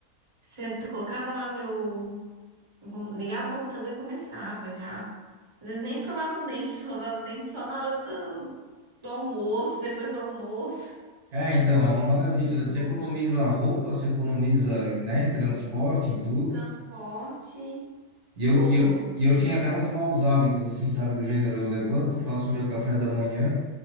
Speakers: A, on the right; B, on the right.
A: Senta, colocava lá meu. um com- Ligava o computador e começava já. Às vezes nem escovava o dente, <laughs> escovava o dente só na hora do, do almoço, depois do almoço.
B: É, então, é uma
A: <laughs>
B: maravilha,
A: Muito
B: né? Você
A: bom.
B: economiza roupa, você economiza, em- né, em transporte, em tudo.
A: Transporte,
B: E
A: tudo.
B: eu, e eu, e eu tinha até uns maus hábitos, assim, sabe? Do gênero, eu levanto, faço meu café da manhã